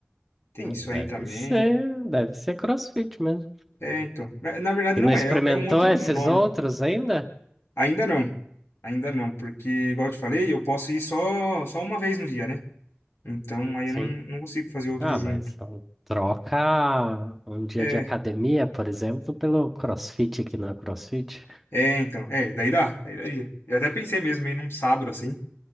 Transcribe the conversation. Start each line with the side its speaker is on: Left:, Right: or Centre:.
Left: Tem
Centre: Hum,
Left: isso
Centre: Deve
Left: aí também.
Centre: ser, deve ser CrossFit mesmo.
Left: É, então. Na na verdade
Centre: E
Left: não
Centre: não experimentou
Left: é, é é um outro
Centre: esses
Left: nome.
Centre: outros ainda?
Left: Ainda não. Ainda não, porque, igual eu te falei, eu posso ir só, só uma vez no dia, né? Então aí
Centre: Sim.
Left: eu não, não consigo fazer outro
Centre: Ah,
Left: junto.
Centre: mas então, troca um dia
Left: É,
Centre: de academia, por exemplo, pelo CrossFit que não é CrossFit.
Left: é, então. É, daí dá, daí daria. Eu até pensei mesmo em ir num sábado assim.